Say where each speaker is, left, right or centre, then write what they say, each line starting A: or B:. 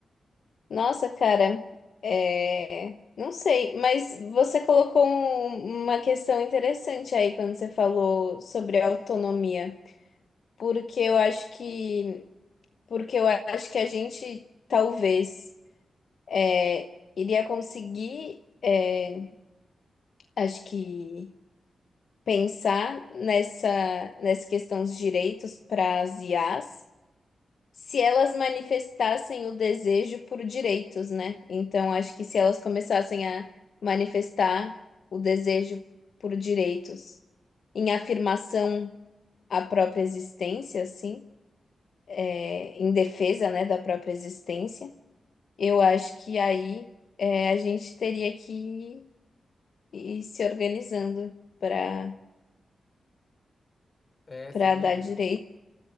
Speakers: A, on the left (about 70°); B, on the left (about 40°).
A: Nossa, cara, é, não sei, mas você colocou um- uma questão interessante aí quando você falou sobre autonomia, porque eu acho que, porque eu acho que a gente talvez é, iria conseguir, é, acho que pensar nessa nessa questão dos direitos para as IAs se elas manifestassem o desejo por direitos, né? Então, acho que se elas começassem a manifestar o desejo por direitos em afirmação à própria existência, assim, é, em defesa, né, da própria existência, eu acho que aí é, a gente teria que ir, ir se organizando para
B: É, sem
A: para
B: dúvida.
A: dar direito